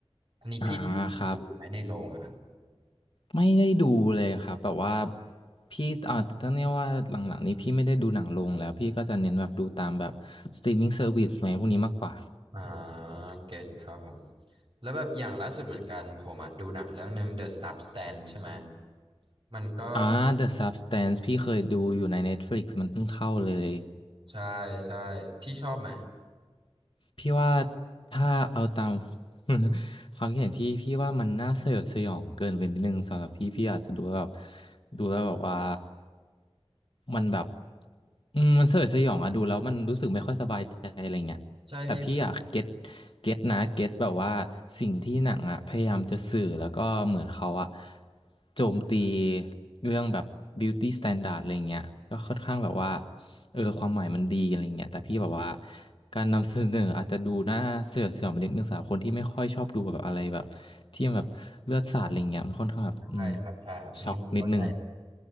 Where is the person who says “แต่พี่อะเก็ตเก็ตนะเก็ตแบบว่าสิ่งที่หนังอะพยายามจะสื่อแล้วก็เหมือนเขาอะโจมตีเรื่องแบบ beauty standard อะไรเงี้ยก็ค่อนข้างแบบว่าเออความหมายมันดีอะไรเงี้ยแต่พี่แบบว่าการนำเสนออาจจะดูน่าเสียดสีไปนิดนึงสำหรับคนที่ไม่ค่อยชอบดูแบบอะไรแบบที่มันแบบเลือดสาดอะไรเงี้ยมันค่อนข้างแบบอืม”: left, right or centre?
Left